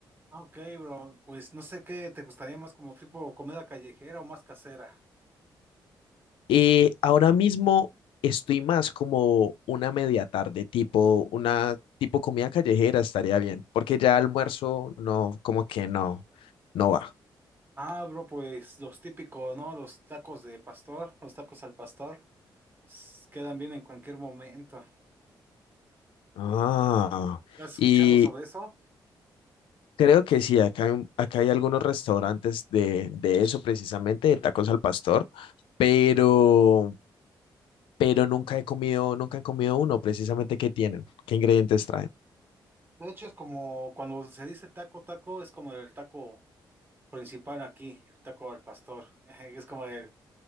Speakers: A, on the right (about 25°); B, on the left (about 85°).
A: Ah, ok, bro, pues no sé qué te gustaría más como tipo comida callejera o más casera.
B: Eh, ahora mismo estoy más como una media tarde, tipo una tipo comida callejera estaría bien, porque ya almuerzo no, como que no, no va.
A: Ah, bro, pues los típicos, ¿no? Los tacos de pastor, los tacos al pastor, s- quedan bien en cualquier momento.
B: Ah,
A: ¿Has escuchado
B: y
A: sobre eso?
B: creo que sí, acá hay, un- acá hay algunos restaurantes de, de eso precisamente, de tacos al pastor, pero, pero nunca he comido, nunca he comido uno precisamente que tienen, qué ingredientes traen.
A: De hecho, es como cuando se dice taco, taco, es como el taco principal aquí, el taco al pastor. <laughs> Es como el,